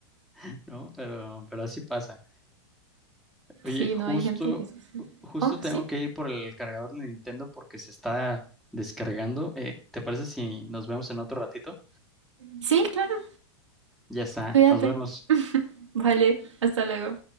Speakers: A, in the centre; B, on the right.
A: <laughs> ¿no? Pero, pero así pasa. Oye,
B: Sí,
A: justo,
B: no hay gente que es así.
A: justo
B: Oh,
A: tengo
B: sí.
A: que ir por el cargador de Nintendo porque se está descargando. Eh, ¿te parece si nos vemos en otro ratito?
B: Sí, claro.
A: Ya está,
B: Cuídate.
A: nos vemos.
B: Vale, hasta luego.